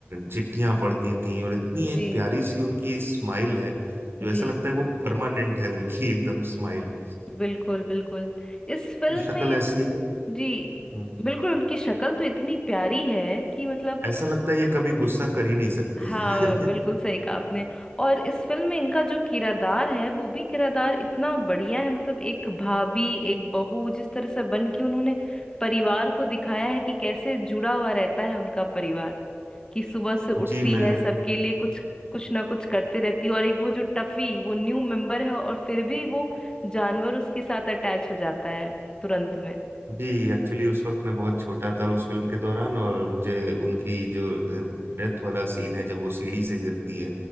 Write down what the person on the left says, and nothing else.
जी
जी
बिल्कुल बिल्कुल इस फिल्म
में
इस
जी
बिल्कुल उनकी शक्ल तो इतनी प्यारी है कि मतलब
हाँ
बिल्कुल सही कहा आपने और इस फिल्म में इनका जो किरदार है वो भी किरदार इतना बढ़िया है मतलब एक भाभी एक बहू जिस तरह से बन के उन्होंने परिवार को दिखाया है कि कैसे जुड़ा हुआ रहता है उनका परिवार कि सुबह से उठती
है सबके लिए कुछ कुछ ना कुछ करते रहती है और एक वो जो टफी वो न्यू मेंबर है और फिर भी वो जानवर उसके साथ अटैच हो जाता है तुरंत में